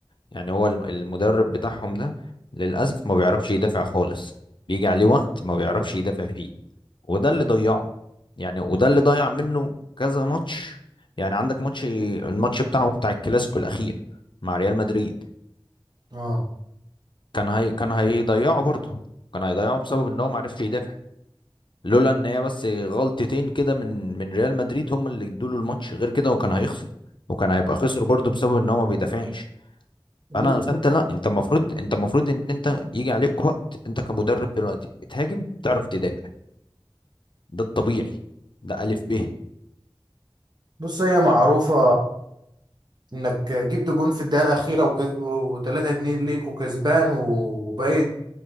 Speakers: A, on the left; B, on the right.
A: يعني هو الم- المدرب بتاعهم ده للاسف ما بيعرفش يدافع خالص بيجي عليه وقت ما بيعرفش يدافع فيه وده اللي ضيعه يعني وده اللي ضيع منه كذا ماتش يعني عندك ماتش الماتش بتاعه بتاع الكلاسيكو الاخير مع ريال مدريد
B: اه
A: كان هي كان هيضيعه برضه كان هيضيعه بسبب ان هو ما عرفش يدافع لولا ان هي بس غلطتين كده من من ريال مدريد هم اللي ادوا له الماتش غير كده وكان هيخسر وكان هيبقى خسر برضه بسبب ان هو ما بيدافعش
B: بص
A: فانا فانت لا انت المفروض انت المفروض ان انت يجي عليك وقت انت كمدرب دلوقتي بتهاجم تعرف تدافع ده الطبيعي ده الف ب
B: بص هي معروفة انك جبت جون في الدقيقة الأخيرة وك- وتلاتة اتنين ليك وكسبان وباقي